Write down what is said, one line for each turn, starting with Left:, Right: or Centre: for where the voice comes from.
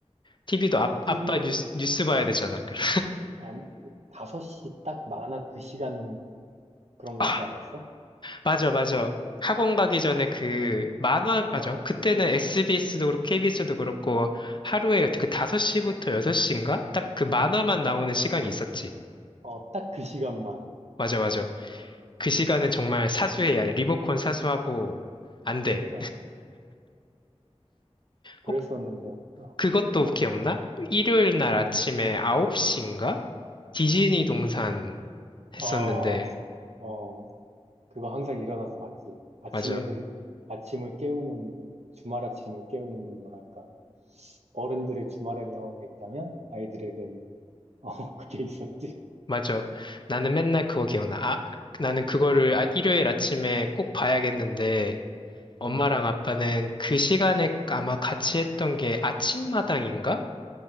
Left: TV도 아,
Right: 티비도
Left: 아빠 뉴스, 뉴스 봐야 되잖아. 그래
Right: 아니, 그 5시 딱 만화 그 시간 그런
Left: 아,
Right: 거 있지 않았어?
Left: 맞아, 맞아. 학원 가기 전에 그 만화,
Right: 어,
Left: 맞아. 그때는 SBS도 그렇고, KBS도 그렇고, 하루에 그 5시부터 6시인가? 딱 그 만화만 나오는
Right: 딱,
Left: 시간이 있었지.
Right: 어, 딱 그 시간만.
Left: 맞아, 맞아. 그 시간은 정말 사수해야 돼. 리모컨 사수하고, 안
Right: 그니까.
Left: 돼.
Right: 그랬었는데,
Left: 어,
Right: 아,
Left: 그것도 기억나? 일요일 날 아침에 9시인가? 디즈니 동산 했었는데,
Right: 어, 어, 그거 항상 일어나서 봤지. 아침
Left: 맞아,
Right: 애들, 아침을 깨우는, 주말 아침을 깨우는, 뭐랄까, 어른들의 주말의 명언가 있다면, 아이들에겐, 어, <laughs> 그게 있었지.
Left: 맞아. 나는 맨날 그거 기억나. 아, 나는 그거를 아- 일요일 아침에 꼭 봐야겠는데, 엄마랑
Right: 음,
Left: 아빠는 그 시간에 아마 같이 했던 게 아침마당인가?